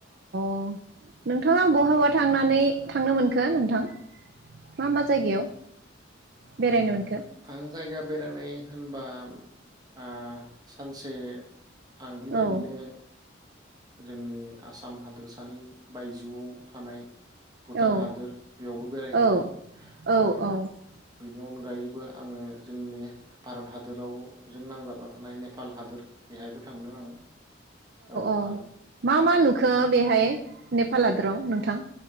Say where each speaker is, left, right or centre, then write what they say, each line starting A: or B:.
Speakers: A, on the right (about 55°); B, on the right (about 20°).
A: अ नोंथाङा बहाबा थांनानै थांनो मोनखो नोंथां मा मा जायगायाव बेरायनो मोन
B: आं जायगा बेरायनाय होनबा ओ सानसे आं बेबायदिनो
A: औ
B: जोंनि आसाम हादोरसानि बायजोआव थानाय भुटान
A: औ
B: हादोर बेयावबो बेरायहैदों
A: औ औ
B: आरो
A: औ
B: बेनि अनगायैबो आङो जोंनि भारत हादराव जों नांजाबना थानाय नेपाल हादोर बेहायबो थांदों आं औ ।
A: ओ औ मा मा नुखो बेहाय ने ल हादोराव नोंथां?